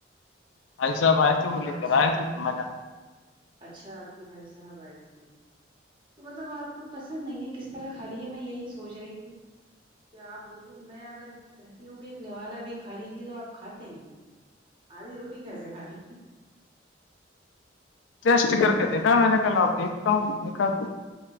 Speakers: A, on the left; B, on the right.
A: بھائی صاحب آے تھے وہی
B: تو
A: لے
B: اچھا
A: کر آئے تھے منا
B: اچھا آپ کے بھائی صاحب آئے تھے تو مطلب وہ آپ کو پسند نہیں ہے کس طرح کھا لی ہے میں یہی سوچ رہی تھی کیا آپ بالکل میں اگر کہتی ہوں کہ ایک نوالا بھی کھا لیجے تو آپ کھاتے نہیں ہیں آدھی روٹی کیسے کھا لی
A: ٹیسٹ کر کے دیکھا میں نے کل دیکھتا ہوں دیکھا تو